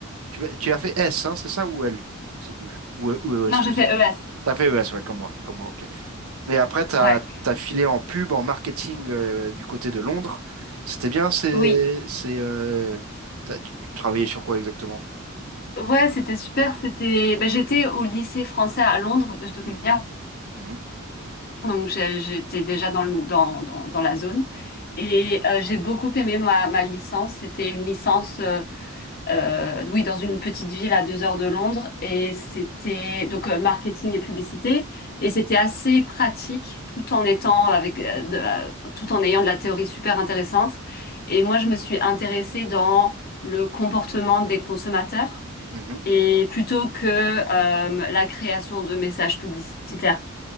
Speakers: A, on the right; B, on the left.
A: Tu, as tu as fait S, hein, c'est ça, ou L? Je sais plus. Ou, euh, ou ES,
B: Non, j'ai
A: je sais.
B: fait ES.
A: T'as fait ES, ouais, comme moi, comme moi, ok. Et après, t'as,
B: Ouais.
A: t'as filé en pub, en marketing, euh, du côté de Londres. C'était bien, c'est,
B: Oui.
A: c'est, euh, t'as- tu tu travaillais sur quoi exactement?
B: Ouais, c'était super. C'était. ben, j'étais au lycée français à Londres, de toute
A: Mhm,
B: manière.
A: mhm,
B: Donc, j'ai- j'étais déjà dans le, dans, dans, dans la zone. Et euh, j'ai beaucoup aimé ma, ma licence. C'était une licence. euh, euh, oui, dans une petite ville à deux heures de Londres. Et c'était donc euh, marketing et publicité. Et c'était assez pratique, tout en étant avec, euh, de la- tout en ayant de la théorie super intéressante. Et moi, je me suis intéressée dans le comportement des consommateurs
A: mhm.
B: et plutôt que euh, la création de messages publicitaires,